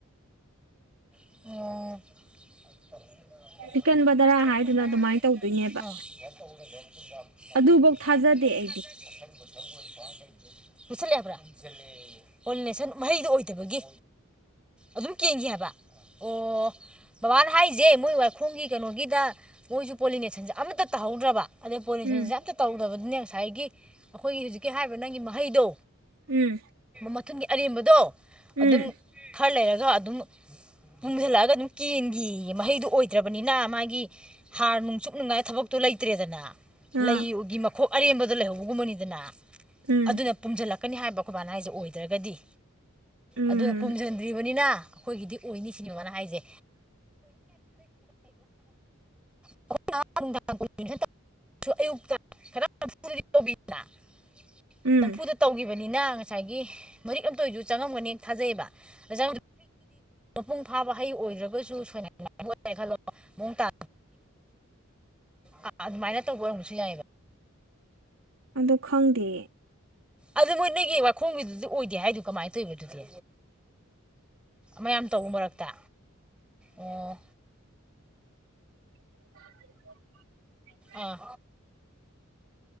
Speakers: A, in the centre; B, on the right.
A: ꯑꯣ <unintelligible>
B: ꯄꯤꯛꯀꯟꯕꯗꯔꯥ ꯍꯥꯏꯗꯨꯅ ꯑꯗꯨꯃꯥꯏꯅ ꯇꯧꯗꯣꯏꯅꯦꯕ ꯑꯗꯨꯐꯧ ꯊꯥꯖꯗꯦ ꯑꯩꯗꯤ
A: ꯃꯨꯁꯜꯂꯛꯑꯦꯕ꯭ꯔꯥꯣꯦꯁꯟ ꯃꯍꯩꯗꯣ ꯑꯣꯏꯗꯕꯒꯤ ꯑꯗꯨꯝ ꯀꯦꯡꯒ ꯍꯥꯏꯕ ꯑꯣ ꯕꯕꯥꯅ ꯍꯥꯏꯔꯤꯁꯦ ꯃꯣꯏ ꯋꯥꯏꯈꯣꯡꯒꯤ ꯀꯩꯅꯣꯒꯤꯗ ꯃꯣꯏꯁꯨ ꯄꯣꯂꯤꯅꯦꯁꯟꯁꯦ ꯑꯃꯠꯇ ꯇꯥꯍꯧꯗ꯭ꯔꯕ ꯑꯗꯩ ꯄꯣꯂꯤꯨꯁꯟꯁꯦ
B: ꯎꯝ
A: ꯑꯝꯇ ꯇꯧꯗꯕꯅꯤꯅꯦ ꯉꯁꯥꯏꯒꯤ ꯑꯩꯈꯣꯏꯒꯤ ꯍꯧꯖꯤꯛꯀꯤ ꯍꯥꯏꯔꯤꯕ ꯅꯪꯒꯤ ꯃꯍꯩꯗꯣ
B: ꯎꯝ
A: ꯃꯊꯟꯒꯤ ꯑꯔꯦꯝꯕꯗꯣ ꯑꯗꯨꯝ
B: ꯎꯝ
A: ꯈꯔ ꯂꯩꯔꯒ ꯑꯗꯨꯝ ꯃꯨꯝꯁꯤꯜꯂꯛꯑꯒ ꯑꯗꯨꯝ ꯀꯦꯟꯒꯤ ꯃꯍꯩꯗꯨꯣ ꯑꯣꯏꯗ꯭ꯔꯕꯅꯤꯅ ꯃꯥꯒꯤ ꯍꯥꯔ ꯅꯨꯡꯆꯨꯞ ꯅꯨꯡꯉꯥꯏ ꯊꯕꯛꯇꯣ ꯂꯩꯇ꯭ꯔꯦꯗꯅ ꯂꯩꯒꯤ
B: ꯑꯥ
A: ꯃꯈꯣꯛ ꯑꯔꯦꯝꯕꯗ ꯂꯩꯍꯧꯕꯒꯨꯝꯕꯅꯤꯗꯅ
B: ꯎꯝ
A: ꯑꯗꯨꯅ ꯄꯨꯝꯁꯤꯜꯂꯛꯀꯅꯤ ꯍꯥꯏꯕ ꯑꯩꯈꯣꯏ ꯃꯅꯥꯏꯁꯦ ꯑꯣꯏꯗ꯭ꯔꯒꯗꯤ
B: ꯎꯝ
A: ꯑꯗꯨꯅ ꯄꯨꯝꯁꯤꯟꯗ꯭ꯔꯤꯕꯅꯤꯅ ꯑꯩꯈꯣꯏꯒꯤꯗꯤ ꯑꯣꯏꯅꯤ ꯁꯤꯅꯦꯕꯅ ꯍꯥꯏꯁꯦ <unintelligible> ꯁꯨ ꯑꯌꯨꯛꯇ ꯈꯤꯇ ꯅꯐꯨꯨꯔꯗꯤ ꯇꯧꯕꯤꯗꯅ
B: ꯎꯝ
A: ꯅꯝꯐꯨꯗ ꯇꯧꯈꯤꯕꯅꯤꯅ ꯉꯁꯥꯏꯒꯤ ꯃꯔꯤꯛ ꯑꯃꯝꯇ ꯑꯣꯏꯁꯨ ꯆꯪꯉꯝꯒꯅꯤ ꯊꯥꯖꯩꯌꯦꯕꯖ ꯃꯄꯨꯡ ꯐꯥꯕ ꯍꯩ ꯑꯣꯏꯗ꯭ꯔꯕꯒꯁꯨ ꯁꯣꯏꯅꯥꯥꯏ ꯈꯜꯂꯣ ꯃꯑꯣꯡ ꯇꯥ ꯑꯥ ꯑꯗꯨꯃꯥꯏꯅ ꯇꯧꯕ ꯑꯣꯏꯔꯝꯝꯕꯁꯨ ꯌꯥꯏꯑꯕ
B: ꯑꯗꯣ ꯈꯪꯗꯦ
A: ꯑꯗꯨ ꯅꯣꯏ ꯅꯣꯏꯒꯤ ꯋꯥꯈꯣꯡꯒꯤꯗꯨꯗꯤ ꯑꯣꯏꯗꯦ ꯍꯥꯏꯗꯨ ꯀꯃꯥꯏꯅ ꯇꯧꯕ ꯑꯗꯨꯗꯤ ꯃꯌꯥꯝ ꯇꯧꯕ ꯃꯔꯛꯇ ꯑꯣ
B: <unintelligible>
A: ꯑꯥ